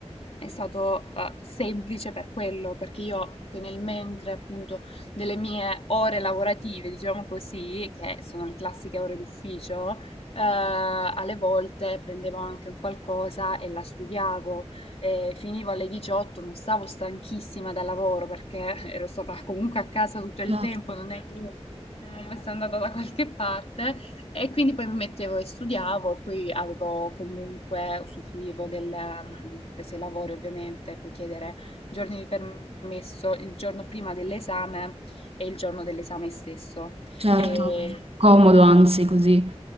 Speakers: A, on the left; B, on the right.
A: è stato eh, semplice per quello, perché io poi nel mentre appunto delle mie ore lavorative, diciamo così, che sono le classiche ore d'ufficio, eh, alle volte prendevo anche un qualcosa e la studiavo, e finivo alle 18, non stavo stanchissima dal lavoro perché <laughs> ero stata comunque a casa tutto
B: certo,
A: il tempo, non è che io eh, fossi andata da qualche parte, e quindi poi mi mettevo e studiavo, e poi avevo comunque, usufruivo del, mm, se lavori ovviamente, puoi chiedere giorni di permesso il giorno prima dell'esame e il giorno dell'esame stesso.
B: certo.
A: E
B: Comodo, anzi,
A: quindi
B: così.